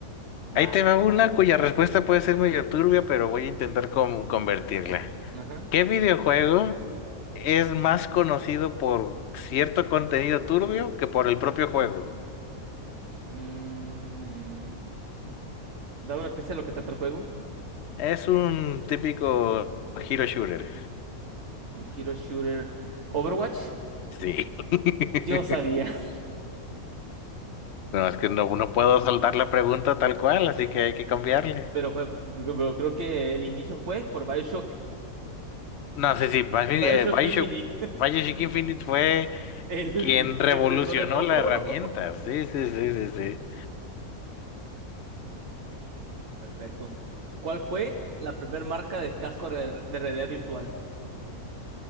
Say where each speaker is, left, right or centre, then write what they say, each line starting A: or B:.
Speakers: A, on the right; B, on the left.
A: Vas.
B: Ahí te va una cuya respuesta puede ser medio turbia, pero voy a intentar con- convertirla.
A: Ajá.
B: ¿Qué videojuego es más conocido por cierto contenido turbio que por el propio juego?
A: Mm, da una pista de lo que trata el juego.
B: Es un típico hero shooter.
A: Un hero shooter. Overwatch.
B: Sí. <laughs>
A: Yo sabía,
B: No, es que no, no puedo soltar la pregunta tal cual, así que hay que cambiarle.
A: <laughs> pero fue, pero creo que el inicio fue por BioShock.
B: No, sí, sí, más bien
A: BioShock
B: eh, Bioshock,
A: Infinite,
B: Bioshock Infinite fue
A: <laughs> el
B: quien revolucionó
A: precursor de todo.
B: la herramienta.
A: <laughs>
B: Sí, sí, sí, sí, sí.
A: Perfecto. ¿Cuál fue la primera marca de casco re- de realidad virtual?